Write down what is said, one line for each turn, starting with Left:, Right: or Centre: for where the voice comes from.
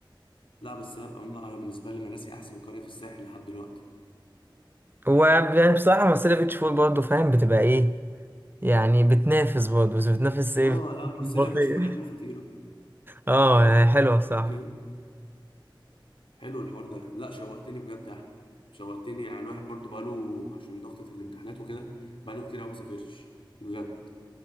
Left: لا بس هي بقى انا بالنسبه لي مراسي احسن قريه في الساحل لحد دلوقتي
Right: هو يعني بصراحة مرسيليا بيتش فول برضه فاهم بتبقى ايه يعني بتنافس برضه بس بتنافس ايه
Left: اه لا
Right: <laughs>
Left: مرسيليا
Right: بطيء
Left: بيتش فور يا عم خطيره
Right: اه يعني حلوة صح
Left: <laughs> حلو الحوار ده لا شوقتني بجد يا احمد شوقتني يعني الواحد برضو بقاله عشان ضغطة الامتحانات وكده بقاله كتير قوي ما سافرش بجد